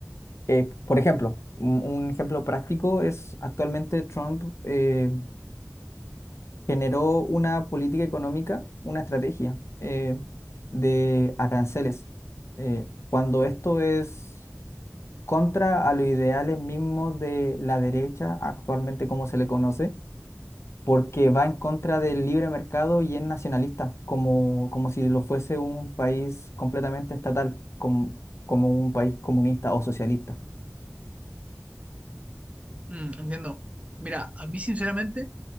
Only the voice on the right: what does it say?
Mm, entiendo. Mira, a mí sinceramente...